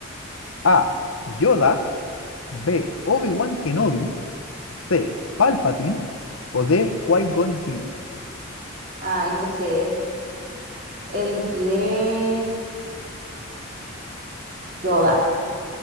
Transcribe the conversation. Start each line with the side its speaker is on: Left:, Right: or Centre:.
Left: A. Yoda. B. Obi-Wan Kenobi. C. Palpatine. O D. Qui-Gon Jinn.
Right: Ay, no sé. Elegiré Yoda.